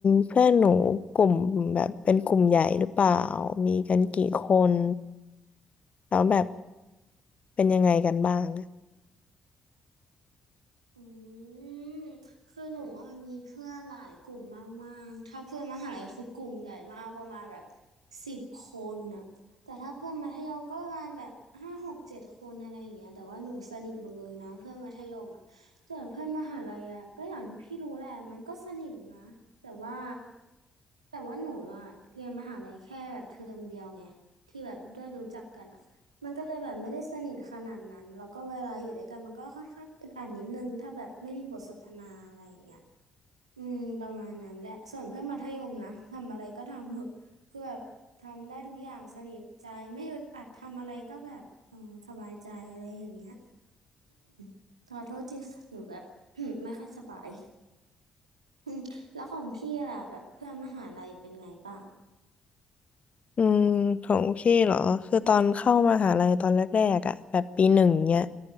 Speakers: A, on the left; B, on the right.
A: เพื่อนหนูกลุ่มแบบเป็นกลุ่มใหญ่หรือเปล่ามีกันกี่คนแล้วแบบเป็นยังไงกันบ้าง
B: อืมคือหนูอะมีเพื่อนหลายกลุ่มมากๆถ้าเพื่อนมหาลัยคือกลุ่มใหญ่มากประมาณแบบสิบคนอะแต่ถ้าเพื่อนมัธยมก็ประมาณแบบห้าหกเจ็ดคนอะไรอย่างเงี้ยแต่ว่าหนูสนิทหมดเลยนะเพื่อนมัธยมอะส่วนเพื่อนมหาลัยอะก็อย่างที่พี่รู้แหละมันก็สนิทนะแต่ว่าแต่ว่าหนูอะเรียนมหาลัยแค่แบบเทอมเดียวไงที่แบบได้รู้จักกันอะ มันก็เลยแบบไม่ได้สนิทขนาดนั้นแล้วก็เวลาอยู่ด้วยกันมันก็ค่อนข้างอึดอัดนิดนึงถ้าแบบไม่มีบทสนทนาอะไรอย่างเงี้ยอืมประมาณนั้นแหละส่วนเพื่อนมัธยมนะทำอะไรก็ทำเหอะคือแบบทำได้ทุกอย่างสนิทใจไม่อึดอัดทำอะไรก็แบบเออสบายใจอะไรอย่างเงี้ย <coughs> ขอโทษที่ค่ะหนูแบบ <coughs> ไม่ค่อยสบาย <coughs> อืมแล้วของพี่ล่ะแบบเพื่อนมหาลัยเป็นไงบ้าง
A: อืมของพี่เหรอคือตอนเข้ามหาลัยตอนแรกๆอ่ะแบบปีหนึ่งเนี้ย